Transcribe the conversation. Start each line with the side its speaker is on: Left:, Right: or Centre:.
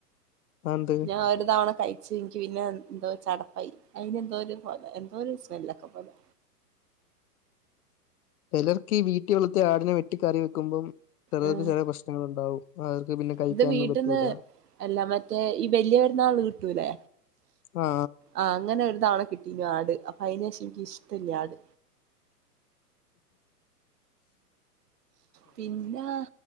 Left: അതെന്ത്
Right: ഞാഒരു തവണ കഴി എനിക്ക് പിന്നെ എന്തോ ഒച്ചടപ്പായി അയിനെന്തോരു പൊക എന്തോരു സ്മെല്ലൊക്കെ പോലെ
Left: ചെലർക്കീ വീട്ടി വളർത്തിയാടിനെ വെട്ടി കറി വെക്കുമ്പം ചെലർക്ക്
Right: ഉം.
Left: ചെല പ്രശ്നങ്ങള്ണ്ടാവും അവർക്ക് പിന്നെ കയിക്കാനൊന്നും
Right: ഇത് വീട്ടിന്ന്
Left: പറ്റൂല
Right: അല്ല മറ്റേ ഈ വല്യപെരുന്നാളിന് കിട്ടൂലേ
Left: ആ
Right: ആഹ് അങ്ങനെ ഒരു തവണ കിട്ടി ആട് അപ്പൊ അയിനേശെനിക്കിഷ്ടില്ല ആട് പിന്നാ